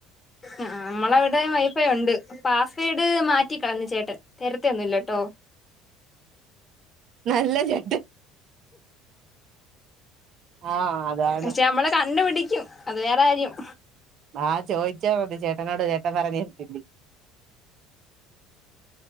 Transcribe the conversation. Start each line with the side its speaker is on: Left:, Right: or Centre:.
Left: ആ നമ്മളവിടെ വൈഫൈ ഉണ്ട് പാസ്വേഡ് മാറ്റ കളന്ന ചേട്ടൻ തരത്തൊന്നുമല്ലട്ടോ
Right: നല്ല ചേട്ടൻ ആ ആഅതാണ്
Left: പക്ഷെ നമ്മള് കണ്ടുപിടിക്കും അത് വേറെ കാര്യം
Right: ആ ചോദിച്ചാത് ചേട്ടനോട് ചേട്ടൻ പറഞ്ഞിരട്ടില്ല